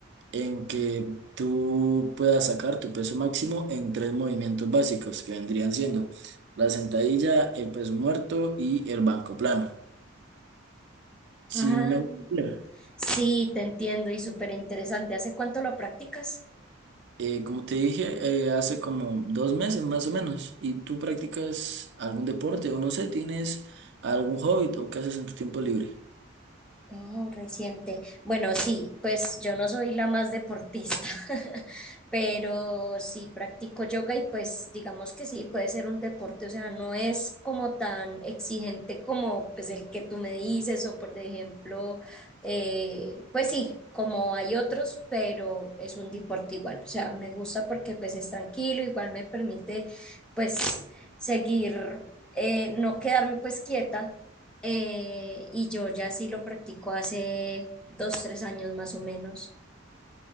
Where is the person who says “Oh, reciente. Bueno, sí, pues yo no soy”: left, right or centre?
Centre